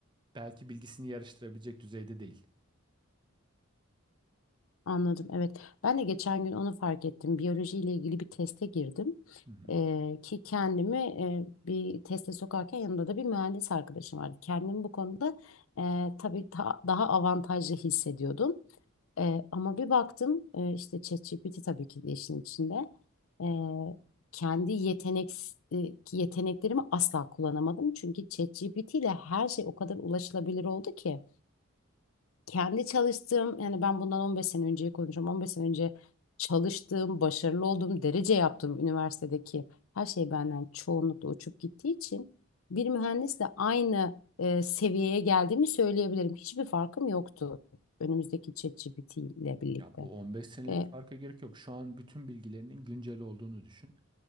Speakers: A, on the right; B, on the left.
A: belki bilgisini yarıştırabilecek düzeyde değil.
B: Anladım. Evet. Ben de geçen gün onu fark ettim. Biyoloji ile ilgili bir teste girdim.
A: Hı hı.
B: Ee, ki kendimi e, bir teste sokarken yanımda da bir mühendis arkadaşım vardı. Kendimi bu konuda e, tabii ta- daha avantajlı hissediyordum. E, ama bir baktım e, işte ChatGPT tabii ki de işin içinde. E, kendi yetenek e, yeteneklerimi asla kullanamadım. Çünkü ChatGPT ile her şey o kadar ulaşılabilir oldu ki kendi çalıştığım yani ben bundan 15 sene önceyi konuşuyorum. 15 sene önce çalıştığım, başarılı olduğum, derece yaptığım üniversitedeki her şey benden çoğunlukla uçup gittiği için bir mühendisle aynı e, seviyeye geldiğimi söyleyebilirim. Hiçbir farkım yoktu önümüzdeki ChatGPT ile birlikte.
A: Ya bu 15 senelik
B: E,
A: farka gerek yok. Şu an bütün bilgilerinin güncel olduğunu düşün.